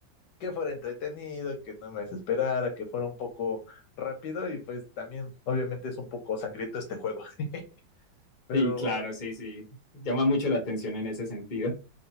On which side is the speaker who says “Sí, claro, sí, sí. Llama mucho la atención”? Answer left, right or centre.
Left